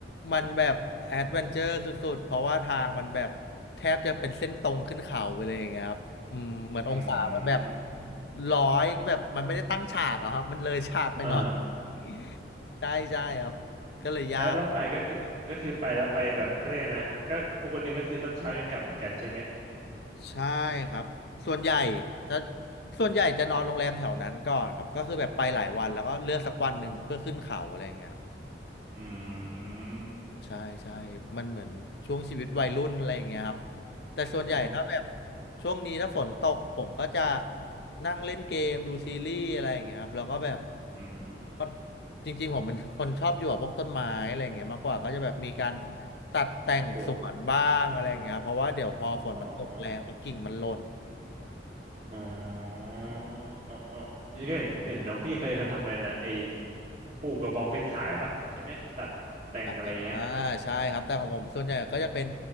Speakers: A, on the left; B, on the right.
A: มันแบบแอดเวนเจอร์สุดๆเพราะว่าทางมันแบบแทบจะเป็นเส้นตรงขึ้นเขาไปเลยอย่างเงี้ยครับอืมเหมือนองศามันแบบ
B: อืม
A: ร้อยแบบมันไม่ได้ตั้งฉากอะครับมันเลยฉากไปหน่อย
B: อ่า
A: <laughs> ใช่ใช่ครับก็เลยยาก
B: <laughs> แล้วแล้วไปก็คือก็คือไปแล้วไปแบบเขาเรียกนะก็ภูกระก็คือต้องเช้าเย็นกลับเหมือนกันใช่ไหม
A: ใช่ครับส่วนใหญ่ถ้าส่วนใหญ่จะนอนโรงแรมแถวนั้นก่อนครับก็คือแบบไปหลายวันแล้วก็เลือกสักวันหนึ่งเพื่อขึ้นเขาอะไรอย่างเงี้ยครับ
B: อืม
A: ใช่ใช่ มันเหมือนช่วงชีวิตวัยรุ่นอะไรอย่างเงี้ยครับแต่ส่วนใหญ่ถ้าแบบ
B: โอ้
A: ช่วงนี้ถ้าฝนตกผมก็จะนั่งเล่นเกมดูซีรีส์อะไรอย่างเงี้ยครับแล้วก็แบบ
B: อืม
A: ก็จริงๆผมเป็นคนชอบอยู่กับพวกต้นไม้อะไรอย่างเงี้ยมากกว่าก็จะแบบมีการตัดแต่งสวนบ้างอะไรอย่างเงี้ยครับเพราะว่าเดี๋ยวพอฝนมันตกแรงแล้วกิ่งมันหล่น
B: ปลูกอ๋ออ๋ออ๋ออ๋อนี่ก็เห็นเห็นน้องพี่เคยเขาทำอะไรนะไอ้ปลูกกระบองเพชรขายปะใช่ไหมตัดแต่งอะไรเงี้ย
A: อ่าใช่ครับแต่ของผมส่วนใหญ่ก็จะเป็น
B: เออ